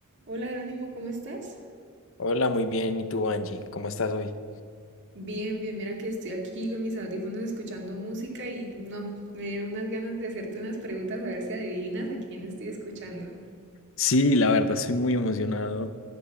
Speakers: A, on the right; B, on the left.
A: Hola Jerónimo, ¿cómo estás?
B: Hola, muy bien. ¿Y tú, Angie? ¿Cómo estás hoy?
A: Bien, bien, mira que estoy aquí con mis audífonos escuchando música y no, me dieron unas ganas de hacerte unas preguntas a ver si adivinas a quién estoy escuchando.
B: Sí, la verdad, estoy muy emocionado